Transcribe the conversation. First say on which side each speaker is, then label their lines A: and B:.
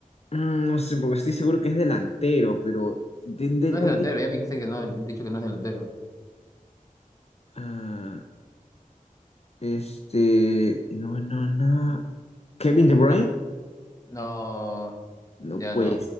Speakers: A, on the left; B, on the left.
A: Mm, No sé, porque estoy seguro que es delantero, pero. ¿De, de-
B: No
A: dónde?
B: es delantero, ya me dijiste que no, he dicho que no es delantero.
A: Ah, este. No no no ¿Kevin De Bruyne?
B: Recap- No,
A: No,
B: ya
A: pues.
B: no.